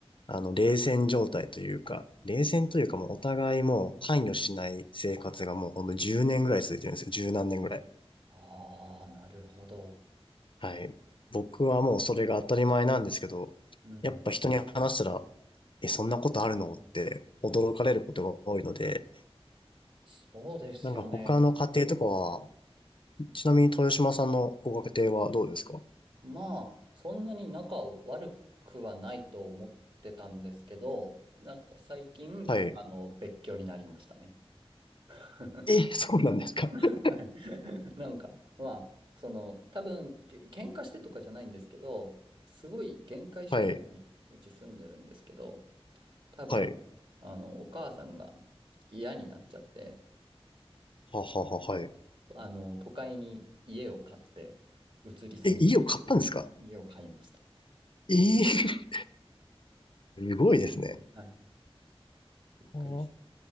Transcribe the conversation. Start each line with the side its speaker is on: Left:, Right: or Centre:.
Left: あの、冷戦状態というか、冷戦というかもうお互いもう関与しない生活がもうほんと10年ぐらい続いてるんですよ。十何年ぐらい。
Right: ああ、なるほど。
Left: はい。僕はもうそれが当たり前なんですけど、
Right: うん。
Left: やっぱ人に話したら、え、そんなことあるのって驚かれることが多いので、
Right: そうですよね。
Left: なんか他の家庭とかは、ちなみに豊島さんのご家庭はどうですか
Right: まあ、そんなに仲悪くはないと思ってたんですけど、なんか最近、
Left: はい。
Right: あの、別居になりましたね。<laughs>
Left: え、そうなんですか
Right: は
Left: <laughs>
Right: い。<laughs> なんか、まあ、その、多分、け喧嘩してとかじゃないんですけど、すごい限界集落にうち住んでるんですけど、
Left: はい、
Right: 多分、
Left: はい、
Right: あの、お母さんが嫌になっちゃって、
Left: ははは、はい。
Right: あの、都会に家を買って、移り住み、
Left: え、家を買ったんですか
Right: 家を買いました。
Left: えー、<laughs> すごいですね。
Right: はい。びっくりして。
Left: はあ